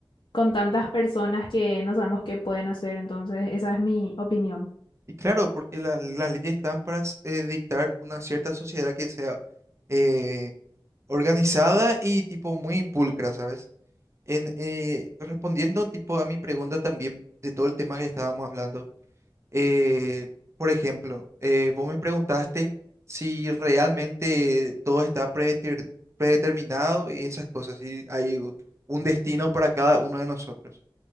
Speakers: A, on the left; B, on the right.
A: con tantas personas que no sabemos qué pueden hacer, entonces esa es mi opinión.
B: Y claro, porque la- las leyes están para s- eh, dictar una cierta sociedad que sea eh, organizada y tipo muy impulcra ¿sabes? En, eh, respondiendo tipo a mi pregunta también de todo el tema que estábamos hablando, eh, por ejemplo, eh, vos me preguntaste si realmente todo está predeter- predeterminado y esas cosas, si hay u- un destino para cada uno de nosotros.